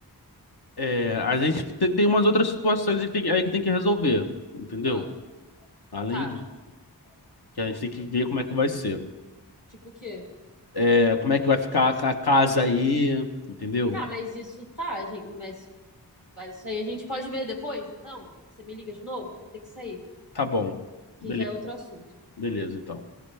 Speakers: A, on the left; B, on the left.
A: é, a gente te- tem umas outras situações que tem- aí que tem que resolver, entendeu?
B: ah,
A: Além
B: tá.
A: disso, que a gente tem que ver como é que vai ser.
B: Tipo o quê?
A: É, como é que vai ficar a a casa aí, entendeu?
B: Tá, mas isso tá, gente, mas, mas isso aí a gente pode ver depois, então? Você me liga de novo, que eu vou ter que sair,
A: Tá bom.
B: que
A: Beleza,
B: já é outro assunto.
A: beleza, então.